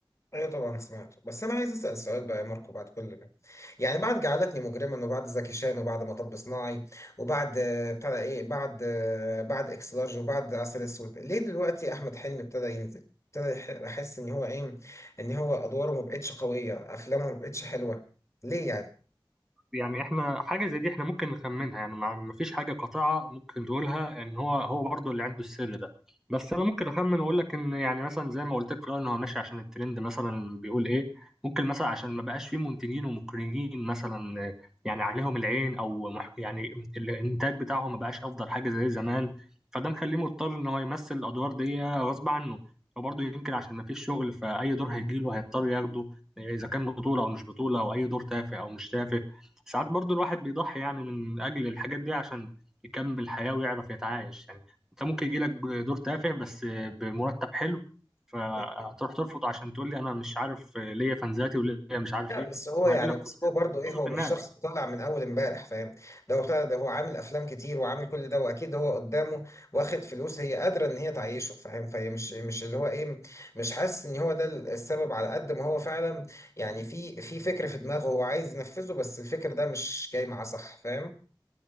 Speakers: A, on the left (about 35°); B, in the centre.
A: ايوه طبعا سمعت بس انا عايز اسال سؤال بقى يا ماركو بعد كل ده يعني بعد جعلتني مجرما وبعد زكي شان وبعد مطب صناعي وبعد آه، بتاع ده ايه بعد آه، بعد اكس لارج وبعد عسل اسود ليه دلوقتي احمد حلمي ابتدى ينزل ابتدى يح- احس ان هو ايه ان هو ادواره ما بقتش قويه افلامه ما بقتش حلوه ليه
B: يعني احنا حاجة زي دي احنا ممكن نخمنها يعني ما ما فيش حاجة قاطعة ممكن تقولها ان هو هو برضه اللي عنده السر ده بس انا ممكن اخمن واقول لك ان يعني مثلا زي ما قلت لك في الأول ان هو ماشي عشان الترند مثلا بيقول ايه ممكن مثلا عشان ما بقاش فيه منتجين ومخرجين مثلا آه، يعني عليهم العين او مح- يعني الانتاج بتاعهم ما بقاش افضل حاجة زي زمان فده مخليه مضطر ان هو يمثل الادوار دي غصب عنه وبرضه يمكن عشان ما فيش شغل فاي دور هيجيله هيضطر ياخده آه، اذا كان بطولة او مش بطولة او اي دور تافه او مش تافه ساعات برضو الواحد بيضحي يعني من أجل الحاجات دي عشان يكمل حياة ويعرف يتعايش يعني أنت ممكن يجيلك دور تافه بس بمرتب حلو فهتروح
A: يعني
B: ترفض عشان تقول لي أنا مش عارف ليا فانزاتي وليا مش عارف
A: لا
B: إيه
A: بس هو
B: ما
A: يعني
B: هيقول لك
A: بس هو برضه ايه هو
B: في
A: مش
B: الناس
A: شخص طالع من اول امبارح فاهم ده هو بتاع ده هو عامل افلام كتير وعامل كل ده واكيد هو قدامه واخد فلوس هي قادره ان هي تعيشه فاهم فهي مش مش اللي هو ايه مش حاسس ان هو ده السبب على قد ما هو فعلا يعني في في فكر في دماغه هو عايز ينفذه بس الفكر ده مش جاي معاه صح فاهم